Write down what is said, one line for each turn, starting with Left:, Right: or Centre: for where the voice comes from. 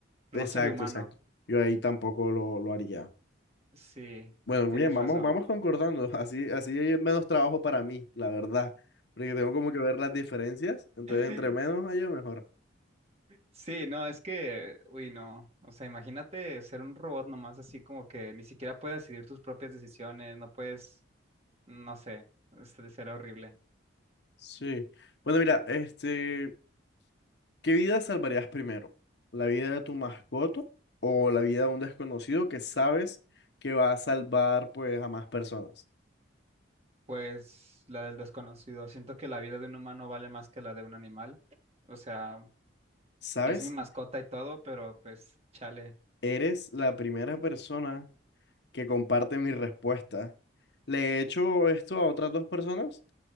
Right: no
Left: exacto,
Right: ser humano.
Left: exacto. Yo ahí tampoco lo, lo haría.
Right: Sí,
Left: Bueno,
Right: tienes
Left: bien, vamos,
Right: razón.
Left: vamos concordando. <laughs> Así, así hay menos trabajo para mí, la verdad. Porque tengo como que ver las diferencias. Entonces,
Right: <laughs>
Left: entre menos haya, mejor.
Right: Sí, no, es que, uy, no, o sea, imagínate ser un robot nomás así como que ni siquiera puedes decidir tus propias decisiones, no puedes, no sé, es- será horrible.
Left: Sí. Bueno, mira, este, ¿qué vida salvarías primero? ¿La vida de tu mascota o la vida de un desconocido que sabes que va a salvar pues a más personas?
Right: Pues la del desconocido. Siento que la vida de un humano vale más que la de un animal. O sea,
Left: ¿Sabes?
Right: es mi mascota y todo, pero pues chale,
Left: Eres la primera persona que comparte mi respuesta. Le he hecho esto a otras dos personas